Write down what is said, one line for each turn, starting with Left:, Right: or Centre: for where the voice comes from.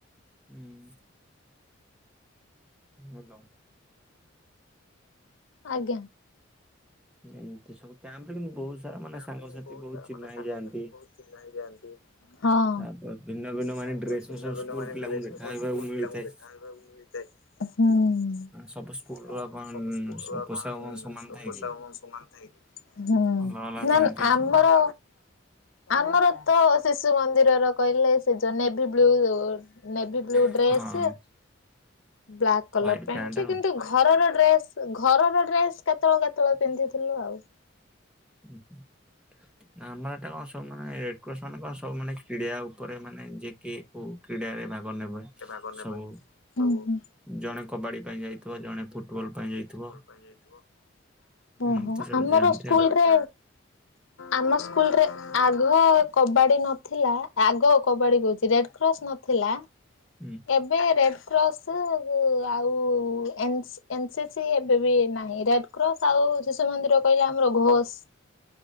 Centre: ହୁଁ ହ୍ୟାଲୋ
Left: ଆଜ୍ଞା।
Centre: ଏମିତି ସବୁ କ୍ୟାମ୍ପରେ କିନ୍ତୁ
Left: ଏମିତି
Centre: ବହୁତ ସାରା
Left: ସବୁ
Centre: ମାନେ
Left: <unintelligible>
Centre: ସାଙ୍ଗସାଥି
Left: ବହୁତ ସାରା
Centre: ଚିହ୍ନା
Left: ମାନେ ସାଙ୍ଗସାଥି
Centre: ହେଇଯାଆନ୍ତି।
Left: ବହୁତ ଚିହ୍ନା ହେଇଯାଆନ୍ତି। ହଁ
Centre: ତାପରେ ଭିନ୍ନ ଭିନ୍ନ ମାନେ
Left: ତାପରେ
Centre: ଡ୍ରେସ
Left: ଭିନ୍ନ
Centre: ସବୁ
Left: ଭିନ୍ନ
Centre: ସ୍କୁଲ
Left: ମାନ
Centre: ପିଲାଙ୍କୁ
Left: ଡ୍ରେସରେ
Centre: ଦେଖା ହେବାକୁ
Left: ସ୍କୁଲ
Centre: ମିଳିଥାଏ।
Left: ପିଲାଙ୍କୁ ଦେଖା ହେବାକୁ ମିଳିଥାଏ। ହୁଁ
Centre: ସବୁ ସ୍କୁଲ ର କଣ
Left: ସ୍କୁଲର
Centre: ସବୁ ପୋଷାକ
Left: କଣ
Centre: ସମାନ ଥାଏ
Left: ପୋଷାକ
Centre: କି?
Left: ସମାନ ଥାଏକି ହୁଁ
Centre: ଅଲଗା ଅଲଗା
Left: ନା
Centre: ଥାନ୍ତି
Left: ଆମର।
Centre: ସବୁ
Left: ଆମର ତ ଶିଶୁ ମନ୍ଦିରର କହିଲେ ସେ ଯୋ navy blue. Navy blue
Centre: ହଁ
Left: dress black colour
Centre: white
Left: pant
Centre: pant ଆଉ
Left: କିନ୍ତୁ ଘରର ଡ୍ରେସ ଘରର ଡ୍ରେସ କେତେବେଳେ କେତେବେଳେ ପିନ୍ଧିଥିଲୁ ଆଉ।
Centre: ହୁଁ ହୁଁ ଆମର ଏଟା କଣ। ସବୁ ମାନେ ରେଡ କସ୍ କଣ ସବୁ ମାନେ କ୍ରୀିଡ଼ା ଉପରେ ମାନେ ଯେ କିଏ କୋଉ କ୍ରୀଡାରେ ଭାଗ ନେବେ।
Left: ଭାଗନେବେ
Centre: ସବୁ
Left: ହୁଁ ହୁଁ।
Centre: ଜଣେ କବାଡି ପାଇଁ ଯାଇଥିବ ଜଣେ ଫୁଟବଲ ପାଇଁ ଯାଇଥିବ।
Left: ପାଇଁ ଯାଇଥିବ। ଓହୋ
Centre: ଏମିତି ସବୁ
Left: ଆମର
Centre: ଯାଆନ୍ତି
Left: ସ୍କୁଲରେ
Centre: ଆଉ
Left: ଆମ ସ୍କୁଲରେ ଆଗ କବାଡି ନଥିଲା ଆଗ କବାଡି କହୁଛି ରେଡ କ୍ରସ୍ ନଥିଲା।
Centre: ହୁଁ
Left: ଏବେ ରେଡ କ୍ରସ୍ ଆଉ ଏନ୍ ଏନସି ସି ଏବେ ବି ନାହିଁ ରେଡ କ୍ରସ୍ ଆଉ ଶିଶୁ ମନ୍ଦିର କହିଲେ ଆମର ଘୋଷ